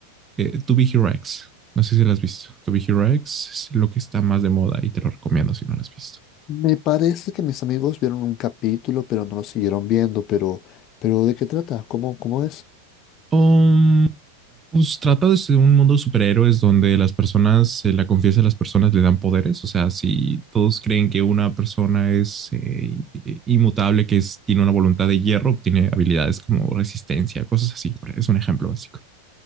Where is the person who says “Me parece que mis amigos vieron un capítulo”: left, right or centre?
Left